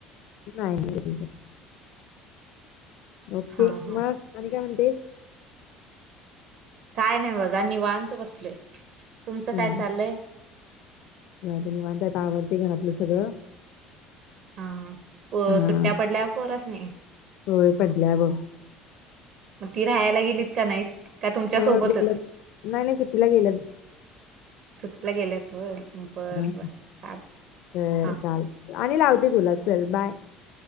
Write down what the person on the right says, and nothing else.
हां, हां.
काय नाही बघा निवांत बसलोय. तुमचं
काय चाललंय?
हा प
सुट्ट्या पडल्या पोरस -- नाही.
मग ती राहायला गेलीत का नाहीत? का तुमच्यासोबतच?
सुटीला गेल्यात होय. बरं,
बरं. चाल
हां,